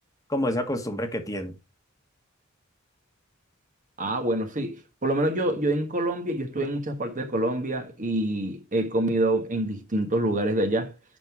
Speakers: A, on the left; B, on the right.
A: como esa costumbre que tienen.
B: Ah, bueno, sí. Por lo menos yo, yo en Colombia, yo estuve en muchas partes de Colombia y he comido en distintos lugares de allá.